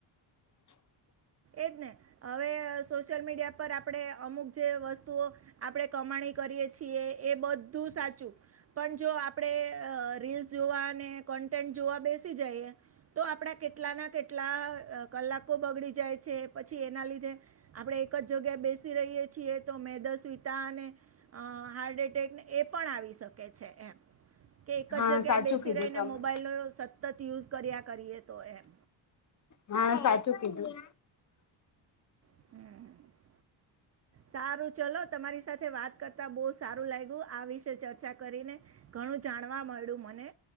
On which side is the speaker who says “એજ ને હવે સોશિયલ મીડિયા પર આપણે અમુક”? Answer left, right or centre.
Right